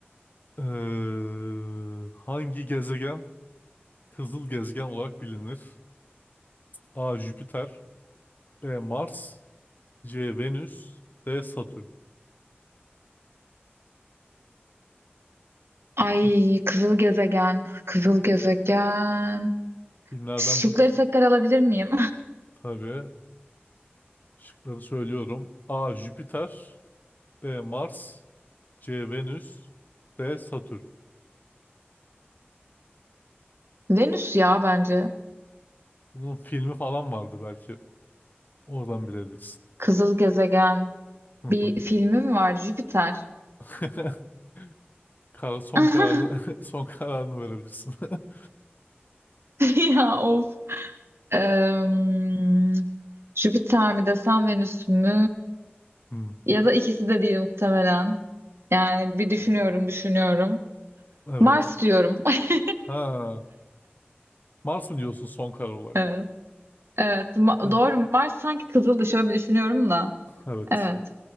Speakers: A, on the left; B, on the right.
A: Eee, hangi gezegen Kızıl gezegen olarak bilinir. A. Jüpiter. B. Mars. C. Venüs. D. Satürn.
B: Ay
A: Fi-
B: kızıl gezegen, kızıl gezegen.
A: Filmlerden
B: Şıkları
A: du
B: tekrar alabilir miyim?
A: tabii. Şıkları söylüyorum. A. Jüpiter. B. Mars. C. Venüs. D. Satürn.
B: <laughs> Venüs ya bence.
A: Bunun filmi falan vardı belki. Oradan bilebilirsin.
B: Kızıl gezegen.
A: Hı hı.
B: Bir filmi mi vardı? Jüpiter.
A: <laughs> Kar- son
B: <laughs>
A: kararını <laughs> son kararını verebilirsin. <laughs>
B: Ya of. Em, Jüpiter mi desem Venüs mü?
A: Hmm,
B: Ya da ikisi de değil muhtemelen. Yani bir düşünüyorum, düşünüyorum.
A: Evet.
B: Mars diyorum. <laughs>
A: Ha, Mars mı diyorsun son karar olarak?
B: Evet. Evet. Ma-
A: Evet.
B: doğru. Mars sanki kızıldı. Şöyle bir düşünüyorum da.
A: Evet.
B: Evet.